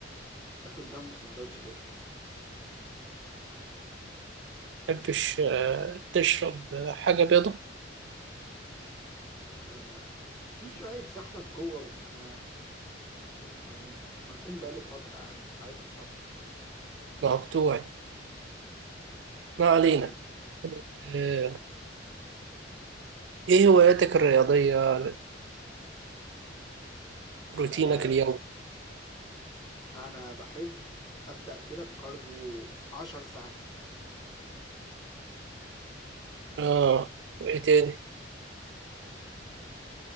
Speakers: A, on the left; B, on the right.
A: آكل جنبه سندوتش جبن
B: متحبش آه، تشرب حاجة بيضة
A: آه، في شوية سحلب جوه بس ما مش يعني مركون بقاله فترة يعني مش عايز أشربه
B: مقطوعي ما علينا
A: إيه؟
B: آه، إيه هواياتك الرياضية روتينك
A: آه
B: اليومي
A: أنا بحب أبدأ كده بكارديو عشر ساعات
B: آه وإيه تاني
A: آه،